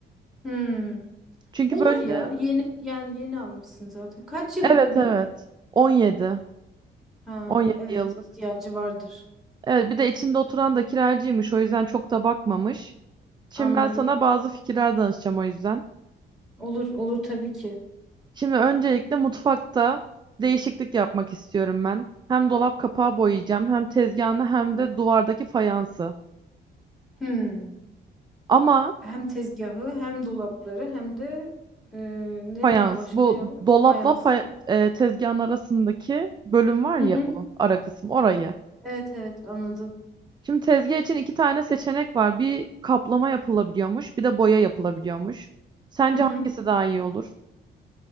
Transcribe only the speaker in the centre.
Hmm.
Olur
ya. Yeni yani yeni almışsın zaten. Kaç yıllık
bina?
Ha,
evet
ihtiyacı vardır.
Anladım.
Olur, olur tabii ki.
Hmm.
Hem tezgahı, hem dolapları, hem de e, nereydi
başka
ya?
Fayans.
Hı
hı.
Evet evet anladım.
Hı hı.